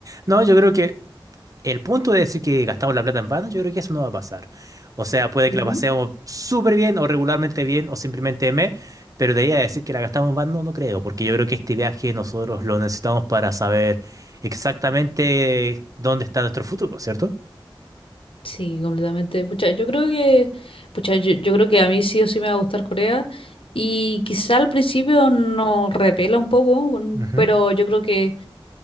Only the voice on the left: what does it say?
Ujú.
Sí, completamente. Pucha, yo creo que, pucha, yo, yo creo que a mí sí o sí me va a gustar Corea. Y quizá al principio nos repela un poco, un-
pero yo creo que